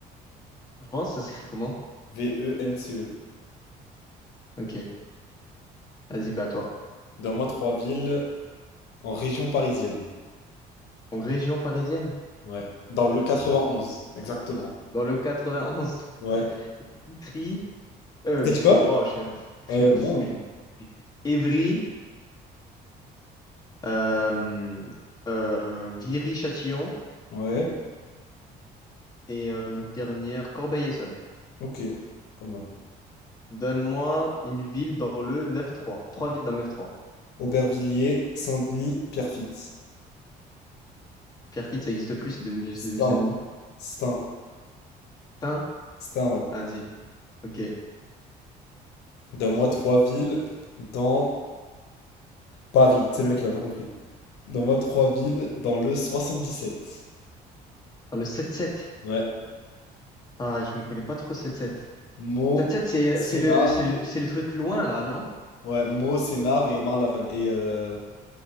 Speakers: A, on the left; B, on the left.
A: France, ça s'écrit comment?
B: V-E-N-C-E.
A: Ok. Vas-y, bah à toi.
B: Donne-moi trois villes en région parisienne.
A: En région parisienne?
B: Ouais. Dans le 91, exactement.
A: Dans le 91,
B: Ouais.
A: <laughs> Vitry, euh,
B: Peut-être
A: Vitry,
B: quoi?
A: wow, je suis un fou, je
B: Euh,
A: suis un fou.
B: non.
A: j'ai dit Évry, euh, euh, Viry-Châtillon
B: Ouais.
A: et euh, une dernière, Corbeil-Essonnes.
B: Ok. Pas mal.
A: Donne-moi une ville dans le 9-3. Trois Trois villes dans le 9-3.
B: Aubervilliers, Saint-Denis, Pierrefitte.
A: Pierrefitte, ça n'existe plus, c'est devenu, c'est
B: Stains,
A: devenu Saint-Denis.
B: Stains,
A: Tain,
B: Stains, ouais.
A: vas-y, ok.
B: Donne-moi trois villes dans Paris. C'est le mec, il a pas compris. Donne-moi trois villes dans le 77.
A: Dans le 7-7.
B: Ouais.
A: Ah, je m'y connais pas trop 7-7.
B: Meaux,
A: 7-7, c'est,
B: Sénart.
A: c'est le, c'est le, c'est le truc loin là, non?
B: Ouais, Meaux, Sénart et Marne-la-Vallée. Et euh...